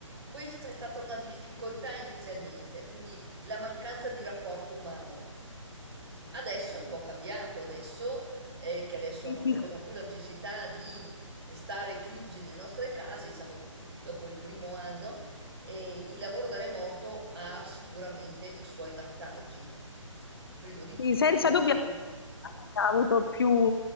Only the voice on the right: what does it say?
Questa è stata una difficoltà inizialmente, quindi la mancanza di rapporto umano. Adesso è un po' cambiato, adesso eh, che adesso
non
abbiamo più la necessità di stare chiusi nelle nostre case, siamo dopo il primo anno, e il lavoro da remoto ha sicuramente i suoi vantaggi. Prima di tutto,
come dici
tu,